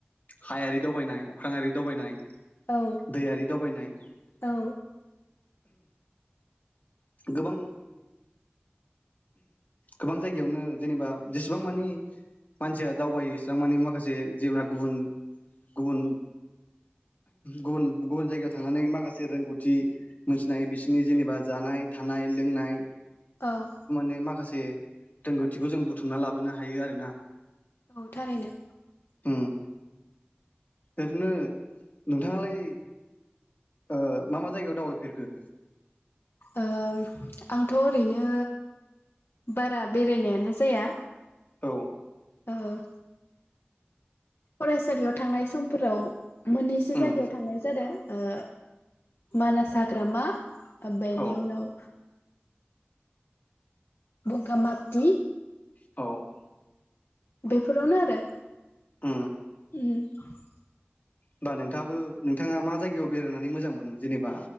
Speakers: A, on the left (about 45°); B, on the left (about 70°).
A: हायारि दावबायनाय अख्रांयारि दावबायनाय
B: औ
A: दैयारि दावबायनाय
B: औ
A: गोबां गोबां जायगायावनो जेनेबा जेसेबां मानि मानसिया दावबायो एसेबां मानि माखासे जेन गुबुन गुबुन गुबुन गुबुन जायगायाव थांनानै माखासे रोंगौथि मोनथिनाय बिसोरनि जेनेबा जानाय थानाय लोंनाय
B: औ
A: ने माखासे रोंगौथिखौ जों बुथुमना लाबोनो हायो आरोना
B: औ थारैनो
A: ओम ओरोनो नोंथाङालाय ओ मा मा जायगायाव दावबायफेरखो?
B: ओम आंथ ओरैनो बारा बेरायनायानो जाया
A: औ
B: ओहो फरायसालियाव थांनाय समफोराव मोननैसो
A: उम
B: जायगायाव थांनाय जादों ओ मानास हाग्रामा बेनि
A: औ
B: उनाव बगामाथि
A: औ
B: बेफोरावनो आरो
A: उम
B: <unintelligible> <inaudible>
A: होमबा नोंथाङाबो नोंथाङा मा जायगायाव बेरायनानै मोजां मोनो जेनेबा